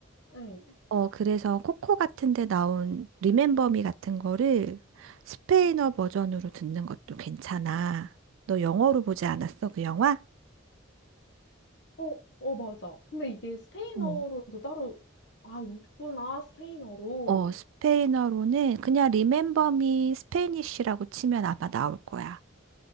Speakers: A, on the left; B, on the right.
A: 응.
B: 어, 그래서 코코 같은 데 나온 리멤버 미 같은 거를 스페인어 버전으로 듣는 것도 괜찮아. 너 영어로 보지 않았어, 그 영화?
A: 어, 어, 맞아. 근데 이게 스페인어로도
B: 어.
A: 따로, 아, 있구나, 스페인어로.
B: 어, 스페인어로는 그냥 리멤버 미 스페니쉬라고 치면 아마 나올 거야.